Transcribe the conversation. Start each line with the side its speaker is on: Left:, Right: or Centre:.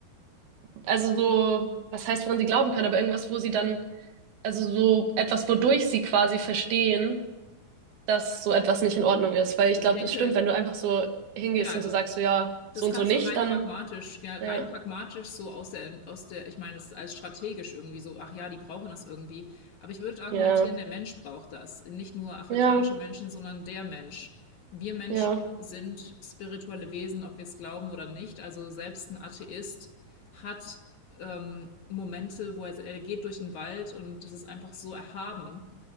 Right: also so, was heißt, woran sie glauben können, aber irgendwas, wo sie dann, also so etwas, wodurch sie quasi verstehen, dass so etwas nicht in Ordnung ist, weil ich
Left: Ich
Right: glaube,
Left: denke,
Right: es stimmt, wenn du einfach so hingehst
Left: ja,
Right: und
Left: du,
Right: so sagst so, ja, so
Left: Das
Right: und
Left: kannst
Right: so nicht,
Left: du rein
Right: dann,
Left: pragmatisch, ja, rein
Right: ja.
Left: pragmatisch so aus der, aus der, ich meine, das ist als strategisch irgendwie so, ach ja, die brauchen das irgendwie. Aber ich würde argumentieren,
Right: Ja,
Left: der Mensch braucht das. Nicht nur afrikanische
Right: ja,
Left: Menschen, sondern der Mensch. Wir Menschen
Right: ja.
Left: sind spirituelle Wesen, ob wir es glauben oder nicht. Also selbst ein Atheist hat ähm, Momente, wo er, er geht durch den Wald und das ist einfach so erhaben